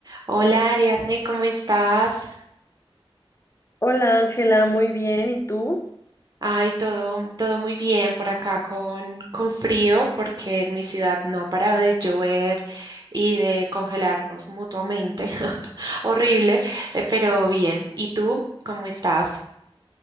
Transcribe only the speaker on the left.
Hola Ángela, muy bien. ¿Y tú?